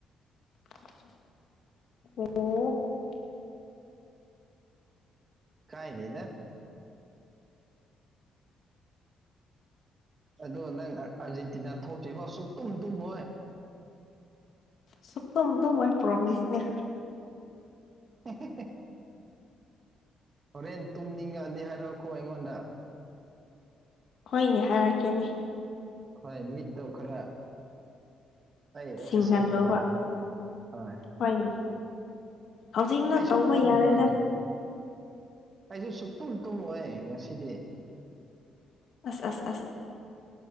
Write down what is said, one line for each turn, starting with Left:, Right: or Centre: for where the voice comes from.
Left: ꯑꯣ
Right: ꯀꯥꯏꯅꯦ ꯅ ꯑꯗꯣ ꯅꯪ ꯑꯥꯔꯖꯦꯟꯇꯤꯅꯥ ꯊꯣꯛꯇ꯭ꯔꯤꯐꯥꯎ ꯁꯨꯛ ꯇꯨꯝ ꯇꯨꯝꯃꯣꯏ
Left: ꯁꯨꯀꯝ ꯇ ꯃꯣꯏ ꯄ꯭ꯔꯃꯤꯁꯅꯦ
Right: <unintelligible> ꯍꯣꯔꯦꯟ ꯇꯨꯝꯅꯤꯡꯉꯑꯗꯤ ꯍꯥꯏꯔꯛꯑꯣꯀꯣ ꯑꯩꯉꯣꯟꯗ
Left: ꯍꯣꯏꯅꯦ ꯍꯥꯏꯔꯛꯀꯦꯅꯦ
Right: ꯍꯣꯏ ꯃꯤꯠꯇ ꯈꯔ ꯑꯩ ꯑꯦꯛꯁꯔꯁꯥꯏꯖ
Left: ꯁꯤꯡꯍꯜꯂꯣꯕ
Right: ꯐ ꯍꯣꯏ ꯑꯩꯥꯏꯁꯨ
Left: ꯍꯣꯏꯅꯦ ꯍꯧꯖꯤꯛꯅ ꯇꯧꯕ
Right: ꯇꯨ
Left: ꯌꯥꯔꯣꯏꯗ
Right: ꯍꯣꯏ ꯑꯩꯁꯨꯦ ꯁꯨꯛꯇꯨꯝ ꯇꯨꯝꯃꯦ ꯉꯁꯤꯗꯤ
Left: ꯑ ꯑꯁ ꯑꯁ